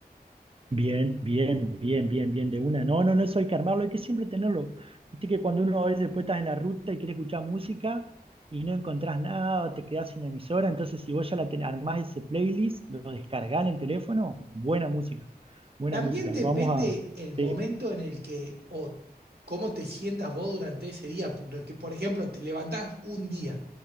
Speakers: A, on the right (about 35°); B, on the right (about 85°).
A: Bien, bien, bien, bien, bien, de una. No, no, no, eso hay que armarlo, hay que siempre tenerlo. Viste que cuando uno a veces puede estar en la ruta y quiere escuchar música y no encontrás nada, te quedás sin emisora, entonces si vos ya la ten- armás ese playlist, lo descargás en el teléfono, buena música, buena
B: También
A: música.
B: depende
A: Vamos a...
B: el momento
A: Sí,
B: en el que o cómo te sientas vos durante ese día. Porque, por ejemplo, te levantás un día